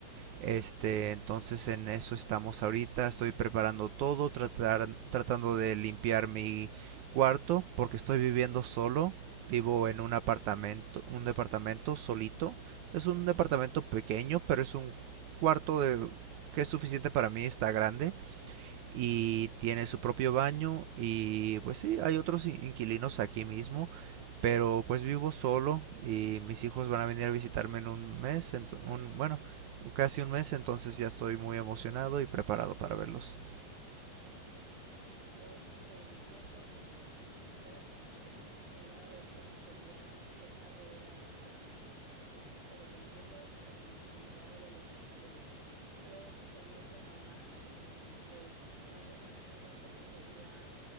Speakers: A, on the right (about 80°); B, on the right (about 70°).
A: este, entonces en eso estamos ahorita. Estoy preparando todo, tratar, tratando de limpiar mi cuarto porque estoy viviendo solo. Vivo en un apartamento, un departamento solito. Es un departamento pequeño, pero es un cuarto de, que es suficiente para mí, está grande y tiene su propio baño y pues sí, hay otros inquilinos aquí mismo, pero pues vivo solo y mis hijos van a venir a visitarme en un mes, en un, bueno, casi un mes, entonces ya estoy muy emocionado y preparado para verlos.
B: Yo te entiendo, quizás no te entiendo en el lado de cómo sería dejar de ver a, a- a tus hijos, pero te entiendo en, en el lado de la emoción. Yo también soy mamá y pues no me imagino cómo sería